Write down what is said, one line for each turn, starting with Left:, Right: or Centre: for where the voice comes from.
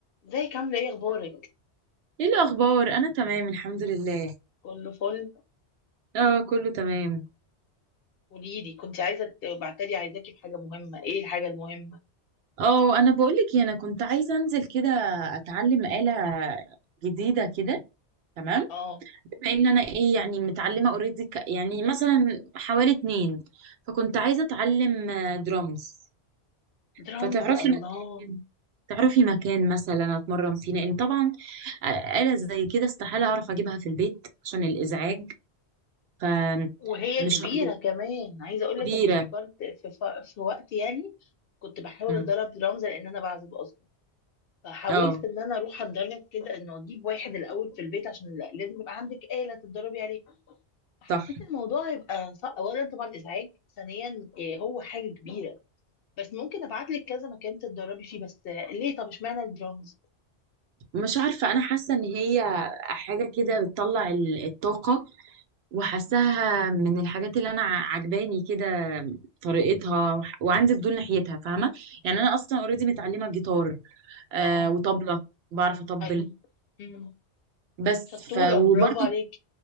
Left: ازيك عاملة ايه اخبارك؟
Right: ايه الاخبار انا تمام الحمد لله
Left: كله فل
Right: اه كله تمام
Left: قوليلي كنت عايزة تبعتلي عايزاكي في حاجة مهمة ايه الحاجة المهمة؟
Right: اه انا بقولك إيه، انا كنت عايزه انزل كده اتعلم آلة جديده كده تمام
Left: اه
Right: بما ان انا ايه يعني متعلمه اوريدي ك... يعني مثلا حوالي اتنين فكنت عايزه اتعلم درامز
Left: درامز
Right: فتعرفي
Left: الله
Right: مكان تعرفي مكان مثلا اتمرن فيه لان طبعا آه، آلة زي كده استحاله اعرف اجيبها في البيت عشان الازعاج فمش
Left: وهي كبيرة
Right: ه-
Left: كمان عايزة اقولك
Right: كبيره
Left: انا فكرت في, ف... في وقت يعني كنت بحاول
Right: مم.
Left: اتدرب درامز لان انا بعزف اصلا فحاولت
Right: اه
Left: ان انا اروح اتدرب كده انه اجيب واحد الاول في البيت عشان لا- لازم يبقى عندك آلة تتدربي عليها فحسيت
Right: صح
Left: الموضوع هيبقى صعب اولا طبعا ازعاج ثانيا إيه هو حاجة كبيرة بس ممكن ابعت لك كذا مكان تتدربي فيه بس ليه طب اشمعنى الدرامز
Right: مش عارفة أنا حاسة إن هي حاجة كده بتطلع ال- الطاقة وحاساها من الحاجات اللي أنا ع- عجباني كده طريقتها وعندي فضول ناحيتها فاهمة يعني أنا أصلا أوريدي متعلمة جيتار آه
Left: اه
Right: وطبلة بعرف أطبل
Left: ايوه امم
Right: بس
Left: شطوره
Right: ف وبرضه
Left: برافو عليك